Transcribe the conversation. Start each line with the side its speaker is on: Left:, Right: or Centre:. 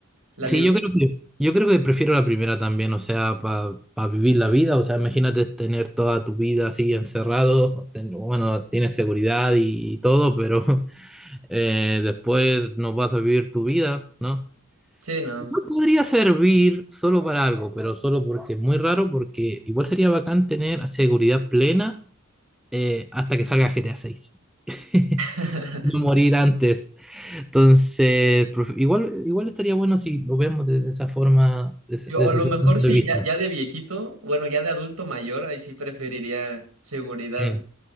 Right: la
Centre: sí,
Right: libertad.
Centre: yo creo que, yo creo que prefiero la primera también, o sea, para vivir la vida, o sea, imagínate tener toda tu vida así encerrado, ten- bueno, tienes seguridad y todo, pero eh, después no vas a vivir tu vida, ¿no?
Right: Sí, no.
Centre: Igual podría servir solo para algo, pero solo porque es muy raro, porque igual sería bacán tener seguridad plena eh, hasta que salga GTA 6. <laughs>
Right: <laughs>
Centre: No morir antes. Entonces, profe- igual, igual estaría bueno si lo vemos desde esa forma, desde,
Right: Yo-
Centre: desde
Right: O a lo
Centre: ese
Right: mejor
Centre: punto
Right: sí,
Centre: de vista.
Right: ya, ya de viejito, bueno, ya de adulto mayor, ahí sí preferiría seguridad.
Centre: Eh,